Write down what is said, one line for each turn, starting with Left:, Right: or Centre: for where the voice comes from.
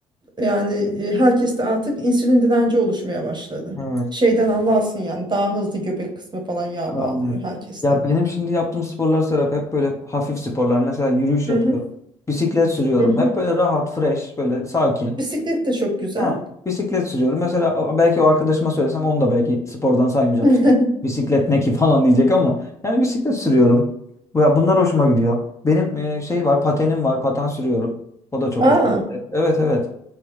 Right: yani e, herkeste artık insülin direnci oluşmaya başladı.
Left: Evet.
Right: Şeyden anlarsın yani daha hızlı göbek kısmı falan yağ
Left: Anladım.
Right: bağlıyor herkeste.
Left: Ya benim şimdi yaptığım sporlar Serap hep böyle hafif sporlar. Mesela yürüyüş
Right: Hı
Left: yapıyorum.
Right: hı,
Left: Bisiklet sürüyorum.
Right: hı hı.
Left: Hep böyle rahat, fresh, böyle sakin.
Right: Bisiklet de çok güzel.
Left: Ha, bisiklet sürüyorum. Mesela a- belki o arkadaşıma söylesem onu da belki spordan saymayacak
Right: <laughs>
Left: işte. Bisiklet ne ki <laughs> falan diyecek ama yani bisiklet sürüyorum. Bu- ya Bunlar hoşuma gidiyor. Benim e, şey var, patenim var. Paten sürüyorum. O da çok
Right: Aa,
Left: hoşuma gidiyor. Evet evet.